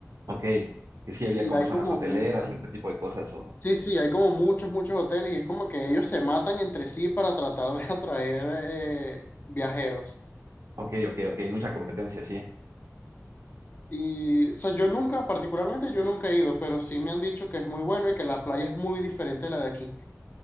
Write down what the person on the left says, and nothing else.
Y
hay
como,
un-
sí, sí, hay como muchos, muchos hoteles y es como que ellos se matan entre sí para tratar de <laughs> atraer eh, viajeros.
Y, o sea, yo nunca, particularmente yo nunca he ido, pero sí me han dicho que es muy bueno y que la playa es muy diferente a la de aquí.